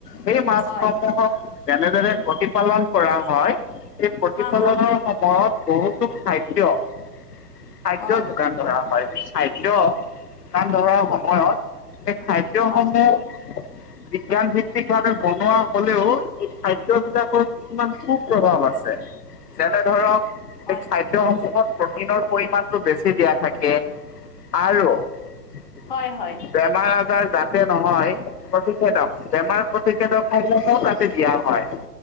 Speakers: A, on the left; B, on the left.
A: সেই মাছসমূহক,
B: হয়
A: যেনেদৰে প্ৰতিপালন কৰা হয় সেই প্ৰতিপালনৰ
B: হা হা হা
A: সময়ত, বহুতো খাদ্য খাদ্য
B: হয়
A: যোগান ধৰা হয়, খাদ্য যোগান ধৰা সময়ত এই খাদ্য
B: হয়
A: সমূহ, বিজ্ঞান ভিত্তিক ভাৱে বনোৱা হলেও এই খাদ্য বিলাকৰ, কিছুমান সু প্ৰভাৱ আছে যেনে ধৰক, সেই
B: হয়
A: খাদ্য সমূহত প্ৰটিনৰ পৰিমমানটো বেছি দিয়া থাকে আৰু, <inaudible>
B: হয় হয়।
A: বেমাৰ আজাৰ যাতে নহয় প্ৰতিষেধক। বেমাৰ প্ৰতিষেধক সমূহো তাতে দিয়া হয়।